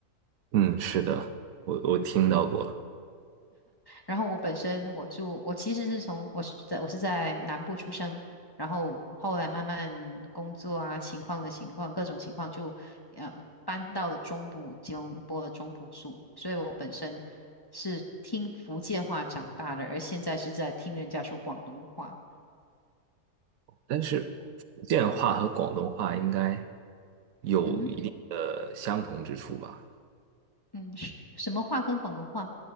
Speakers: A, on the right; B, on the left.
A: 嗯，是的，我我听到过。
B: 嗯。然后我本身我住，我其实是从我是在我是在南部出生，然后后来慢慢工作啊情况的情况各种情况就呃搬到了中部吉隆坡的中部住，所以我本身是听福建话长大的，而现在是在听人家说广东话。
A: 但是福建话和广东话应该有一定的相同之处吧？
B: 嗯哼，嗯，是什么话跟广东话？